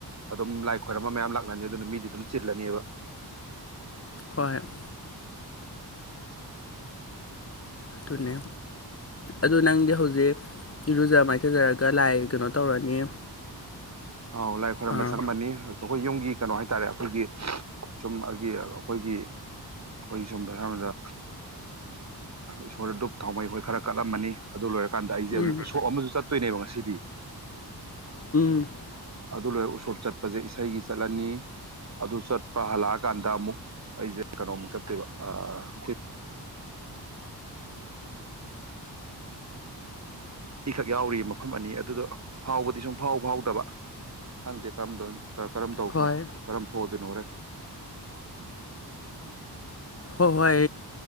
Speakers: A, on the right; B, on the left.
A: ꯑꯗꯨꯝ ꯂꯥꯏ ꯈꯣꯏꯔꯝꯕ ꯃꯌꯥꯝ ꯂꯥꯛꯅꯅꯤ ꯑꯗꯨꯅ ꯃꯤꯗꯤ ꯑꯗꯨꯝ ꯆꯤꯜꯂꯅꯤꯕ
B: ꯍꯣꯏ ꯫ ꯑꯗꯨꯨꯅꯦ ꯑꯗꯨ ꯅꯪꯗꯤ ꯍꯧꯖꯤꯛ ꯏꯔꯨꯖ ꯃꯥꯏꯊꯖꯔꯒ ꯂꯥꯏ ꯀꯩꯅꯣ ꯇꯧꯔꯅꯤ
A: ꯑꯥꯎ ꯂꯥꯏ ꯈꯣꯏꯔꯝꯕ
B: ꯑꯥ
A: ꯆꯪꯉꯝꯃꯅꯤ ꯑꯩꯈꯣꯏ ꯌꯨꯝꯒꯤ ꯀꯩꯅꯣ ꯍꯥꯏꯇꯥꯔꯦ ꯑꯩꯈꯣꯏꯒꯤ ꯆꯨꯝ ꯑꯩꯒꯤ ꯑꯩꯈꯣꯏꯒꯤ ꯑꯩꯈꯣꯏ ꯁꯣꯝꯗ ꯑꯍꯥꯟꯕꯗ ꯏꯁꯣꯔꯗ ꯗꯨꯨꯞ ꯊꯥꯎꯃꯩ ꯍꯣꯏ ꯈꯔ ꯀꯠꯂꯝꯃꯅꯤ꯫ ꯑꯗꯨ ꯂꯣꯏꯔꯀꯥꯟꯗ ꯑꯩꯖꯦ
B: ꯎꯝ
A: ꯑꯗꯨ ꯎꯁꯣꯞ ꯑꯃꯁꯨ ꯆꯠꯇꯣꯏꯅꯦꯕ ꯉꯁꯤꯗꯤ
B: ꯎꯝ꯫
A: ꯑꯗꯨ ꯂꯣꯏꯔꯒ ꯎꯁꯣꯞ ꯆꯠꯄꯖꯦ ꯏꯁꯩꯒꯤ ꯆꯠꯂꯅꯤ ꯑꯗꯨ ꯆꯠꯄ ꯍꯜꯂꯛꯑꯀꯥꯟꯗ ꯑꯃꯨꯛ ꯑꯩꯖꯦ ꯀꯩꯅꯣ ꯃꯨꯛ ꯆꯠꯇꯣꯏꯕ ꯑ ꯑꯩꯈ ꯏꯈꯛ ꯌꯥꯎꯔꯤꯕ ꯃꯐꯝ ꯑꯅꯤ ꯑꯗꯨꯗꯣ ꯍꯥꯎꯕꯗꯤ ꯁꯨꯝ ꯐꯥꯎ ꯐꯥꯎꯗꯕ ꯍꯪꯗꯦ ꯀꯔꯝ ꯀꯔꯝ ꯇꯧ
B: ꯍꯣꯏ
A: ꯀꯔꯝ ꯊꯣꯛꯗꯣꯏꯅꯣ ꯍꯣꯔꯦꯟ꯫
B: ꯍꯣꯏ ꯍꯣꯏ